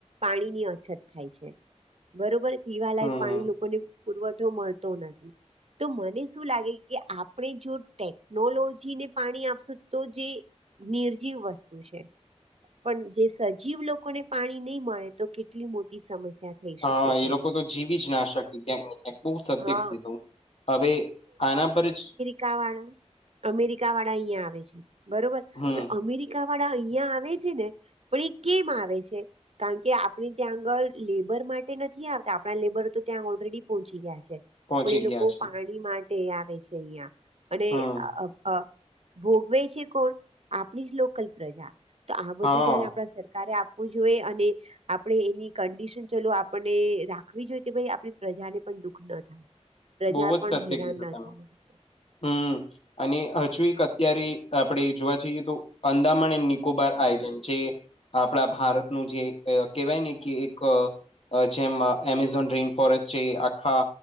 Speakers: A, on the right; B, on the left.
A: પાણી ની અછત થાય છે બરોબર પીવાલાયક
B: હમ
A: પાણી લોકોને પુરવઠો મળતો નથી. તો મને શું લાગે કે આપણે જો ટેકનોલોજીને પાણી આપશું તો જે નિર્જીવ વસ્તુ છે. પણ જે સજીવ લોકોને પાણી નહી મળે તો કેટલી મોટી સમસ્યા થઈ
B: હા
A: શકે છે
B: એ લોકો તો જીવી જ ના શકે કેમ‌ની બઉ સત્ય
A: હા
B: કીધું હવે આના પર જ
A: કા વાળા અમેરિકા વાળા અહિયાં આવે છે બરોબર
B: હમ
A: પણ અમેરિકા વાળા અહિયાં આવે છે ને પણ એ કેમ આવે છે? કારણ કે આપણી ત્યાં આગળ લેબર માટે નથી આવતા આપણા લેબર તો ત્યાં ઓલરેડી પહોંચી ગયા છે
B: પહોંચી
A: પણ એ લોકો
B: ગયા છે
A: પાણી માટે આવે છે અહિયાં અને
B: હમ
A: ભોગવે છે કોણ આપણી જ લોકલ પ્રજા તો આ બધું
B: હા
A: ધ્યાન આપડા સરકારે આપ વું જોઈએ અને આપણે એની કંડિશન ચલો આપણને રાખવી જોઈએ કે ભાઈ આપણી પ્રજાને પણ દુઃખ ન થાય પ્રજા
B: બહુ જ
A: પણ
B: સત્ય
A: હેરાન
B: કીધું
A: ના
B: તમે
A: થાય.
B: હમ અને હજુ એક અત્યારે આપડે જોવા જઈએ તો અંદામન અને નિકોબાર આઇલેન્ડ છે. આપડા ભારતનું જે કેવાય ને કે એક જેમ એમેઝોન રેન ફોરેસ્ટ છે આખા